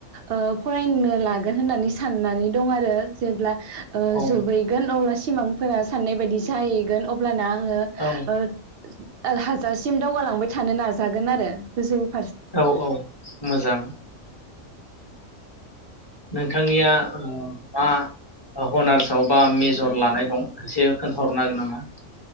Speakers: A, on the right; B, on the left.
A: ओह ओ फरायनो लागोन होननानै साननानै दं आरो जेब्ला ओह
B: औ
A: जोबहैगोन अब्लासि सिमांफोरा साननायबायदि जाहैगोन अब्लाना आङो ओ
B: औ
A: ओह हाजासिम दावगालांबाय थानो नाजागोन आरो <unintelligible>
B: औ औ मोजां नोंथांनिया औ बा ओह हनार्सआवबा मेजर लानायदं एसे खोन्थाहरनो हागोन नामा।